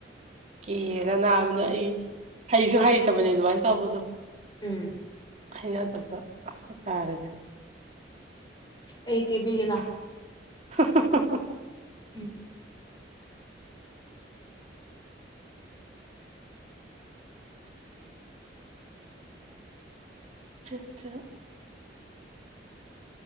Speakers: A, on the right; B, on the left.
A: ꯀꯦꯔꯒ ꯅꯥꯕꯅ ꯑꯩ ꯍꯩꯁꯨ ꯍꯩꯇꯕꯅꯦ ꯑꯗꯨꯃꯥꯏꯅ ꯇꯧꯕꯗꯣ
B: ꯎꯝ
A: ꯍꯩꯅꯗꯕ ꯍꯥꯢ ꯇꯥꯔꯦ
B: ꯑꯩ ꯀꯦꯕꯤꯒꯦ ꯂꯥꯎ
A: <unintelligible>
B: ꯎꯝ
A: ꯑꯆꯥꯆꯥ